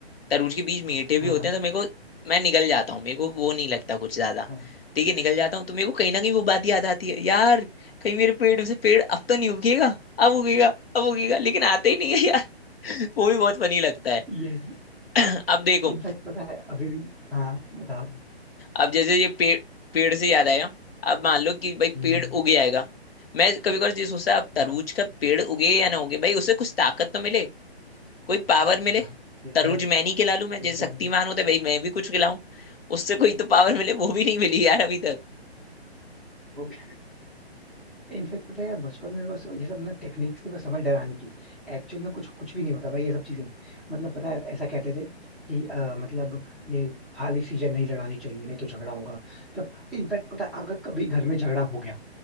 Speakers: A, on the left; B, in the centre.
A: तरबूज के बीज मीठे भी
B: हाँ
A: होते
B: हाँ
A: हैं तो मेरे को मैं निगल जाता हूँ मेरे को वो नहीं लगता कुछ ज्यादा
B: हाँ
A: ठीक है निगल जाता हूँ तो मेरे को कहीं ना कहीं वो बात याद आती है यार कहीं मेरे पेड़ से पेड़ अब तो नहीं उगेगा अब उगेगा अब उगेगा लेकिन आते ही नहीं है यार <laughs> वो भी बहुत फनी लगता है
B: ये
A: <laughs> अब देखो
B: इनफैक्ट पता है अभी भी हाँ बताओ
A: अब जैसे ये पेड़ पेड़ से याद आया अब मान लो कि भाई
B: हम्म
A: पेड़ उग जाएगा मैं कभी कभार ये सोचता है अब तरबूज
B: हाँ
A: का पेड़ उगे या ना उगे भाई उससे कुछ ताकत तो मिले कोई पावर मिले
B: हाँ ये
A: तरूज
B: तो है
A: मैं नहीं खिला लूं मैं जैसे
B: ये तो
A: शक्तिमान
B: है
A: होता है भाई मैं भी कुछ खिलाऊं उससे कोई तो पावर मिले वो भी नहीं मिली यार अभी तक
B: वो भी इनफेक्ट पता है यार बचपन में बस ये सब ना टेक्निक्स थी बस हमें डराने की एक्चुअल में कुछ कुछ भी नहीं होता भाई ये सब चीजें मतलब पता है ऐसा कहते थे कि अ, मतलब ये खाली सीजन नहीं लड़ानी चाहिए नहीं तो झगड़ा होगा जब इनफैक्ट पता है अगर कभी घर में झगड़ा हो गया